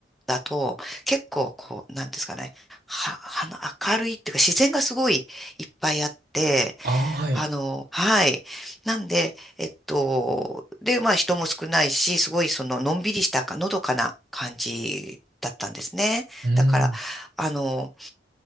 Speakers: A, in the centre; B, on the right.
A: だと結構こう、なんですかね、は、はな明るいっていうか自然がすごいいっぱいあって、
B: ああ、はい。
A: あの、はい。なんで、えっと、で、まあ人も少ないし、すごいそののんびりしたか、のどかな感じだったんですね。
B: うん。
A: だから、あの、